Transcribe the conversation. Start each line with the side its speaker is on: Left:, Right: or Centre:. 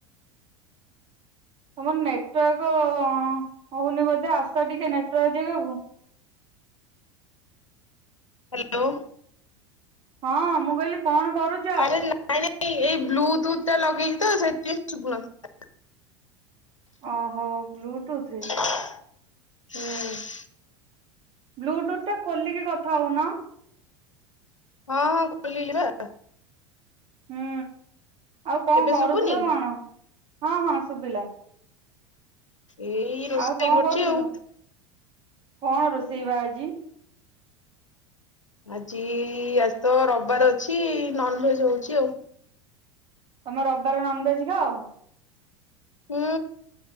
Right: ତମର ନେଟୱାର୍କ ହଉନି ବୋଧେ ଆସ ଟିକେ ନେଟୱାର୍କ ଜେଗାକୁ।
Left: ହ୍ୟାଲୋ।
Right: ହଁ ମୁଁ କହିଲି କଣ କରୁଚ?
Left: ଆରେ ନାଇଁ ନାଇଁ ଏଇ ବ୍ଲୁ ଟୁଥ ଟା ଲଗେଇଚି ତ ସେଇଥିପାଇଁ ଶୁୁଭୁନ ନଥିଲା।
Right: ଓହୋ, ବ୍ଲୁଟୁଥ ରେ?
Left: ହୁଁ।
Right: ବ୍ଲୁଟୁଥ ଟା ଖୋଲିକି କଥା ହଉନ।
Left: ହଁ ହଁ ଖୋଲିଲି ବା।
Right: ହୁଁ, ଆଉ କଣ
Left: ଏବେ
Right: କରୁଥିଲ
Left: ଶୁଭୁନି
Right: କଣ? ହଁ ହଁ ଶୁଭିଲା।
Left: ଏଇ ରୋଷେଇ
Right: ଆଉ କଣ
Left: କରୁଛି
Right: କରୁଥିଲ?
Left: ଆଉ।
Right: କଣ ରୋଷେଇ ବା ଆଜି?
Left: ଆଜି, ଆଜି ତ ରବିବାର ଅଛି ନନ୍‌ଭେଜ ହଉଚି ଆଉ।
Right: ତମେ ରବିବାରେ ନନ୍‌ଭେଜ ଖାଅ?
Left: ହୁଁ।